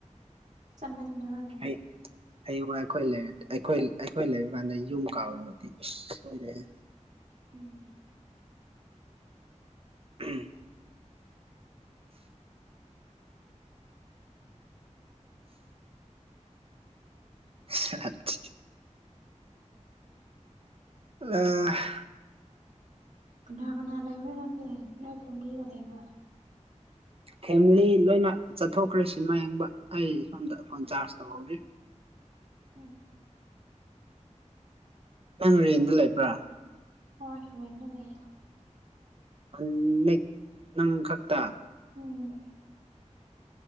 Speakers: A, on the right (about 80°); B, on the right (about 50°).
A: ꯆꯠꯃꯟꯗꯕꯒꯤ
B: <unintelligible> ꯍꯌꯦꯡꯋꯥꯢ ꯑꯩꯈꯣꯏ ꯂꯩ ꯑꯩꯈꯣꯏ ꯑꯩꯈꯣꯏ ꯂꯩꯕ ꯀꯥꯟꯗ ꯌꯨꯝ ꯀꯥꯎꯔꯕꯗꯤ ꯏꯁ ꯁꯣꯏꯔꯦꯍꯦ
A: ꯎꯝ
B: <unintelligible> ꯁꯥꯍꯊꯤ <unintelligible>
A: ꯀꯅꯥꯀꯅꯥ ꯂꯩꯕꯔꯩ ꯅꯪꯗꯦ ꯅꯣꯢ ꯐꯦꯃꯤꯂꯤꯒ ꯂꯩꯕꯔꯣ
B: ꯐꯦꯃꯤꯂꯤ ꯂꯣꯏꯅ ꯆꯠꯊꯣꯛꯈ꯭ꯔꯦ ꯁꯤꯃꯥꯏ ꯌꯦꯡꯕ ꯑꯩ ꯁꯣꯝꯗ ꯐꯣꯟ ꯆꯥꯔꯖ ꯇꯧꯍꯧꯔꯤ
A: ꯎꯝ
B: ꯅꯪ ꯔꯦꯟꯗ ꯂꯩꯕ꯭ꯔꯥ
A: ꯍꯣꯏ ꯔꯦꯟꯗ ꯂꯩꯌꯦ
B: <unintelligible> ꯅꯪ ꯈꯛꯇ
A: ꯎꯝ